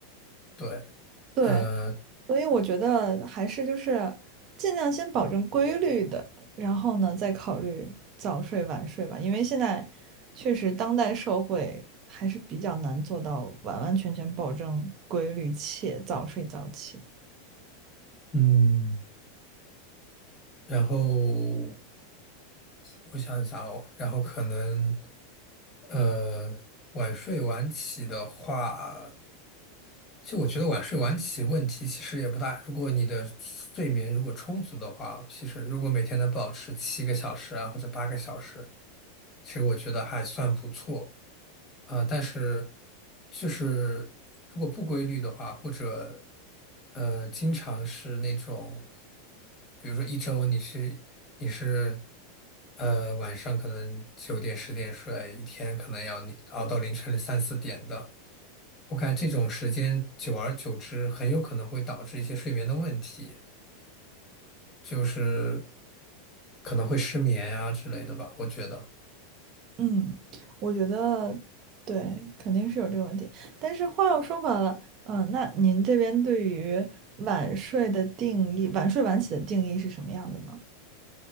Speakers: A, on the left (about 25°); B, on the right (about 35°).
A: 对，
B: 对，
A: 呃，
B: 所以我觉得还是就是尽量先保证规律的，然后呢再考虑早睡晚睡吧，因为现在确实当代社会还是比较难做到完完全全保证规律且早睡早起。
A: 嗯，然后我想一下哦，然后可能，呃，晚睡晚起的话。其实我觉得晚睡晚起问题其实也不大，如果你的睡眠如果充足的话，其实如果每天能保持七个小时啊或者八个小时，其实我觉得还算不错。啊、但是就是如果不规律的话，或者呃经常是那种，比如说一周你是你是呃晚上可能九点十点睡，一天可能要你熬到凌晨三四点的。我感觉这种时间久而久之，很有可能会导致一些睡眠的问题，就是可能会失眠呀、之类的吧。我觉得，
B: 嗯，我觉得对，肯定是有这个问题。但是话又说回来了，嗯、那您这边对于晚睡的定义，晚睡晚起的定义是什么样的呢？